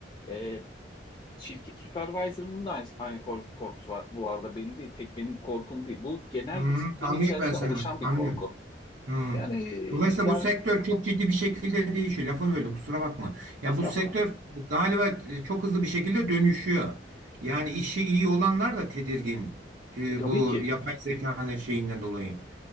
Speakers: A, on the left (about 25°); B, on the right (about 80°).
A: e, şirket supervisor'ımın da aynı, aynı kork- korkusu var bu arada benim değil, tek benim korkum değil. Bu genel
B: Hı,
A: bu sistemin
B: anlıyorum
A: içerisinde
B: ben seni
A: oluşan
B: artık.
A: bir
B: Anlıyorum.
A: korku.
B: Hmm.
A: Yani
B: Dolayısıyla
A: yani
B: bu sektör çok ciddi bir şekilde değişiyor. Lafını böldüm kusura bakma. Yani
A: estağfurullah.
B: bu sektör galiba e, çok hızlı bir şekilde dönüşüyor. Yani işi iyi olanlar da tedirgin e,
A: Tabii
B: bu
A: ki.
B: yapay zekanın şeyinden dolayı.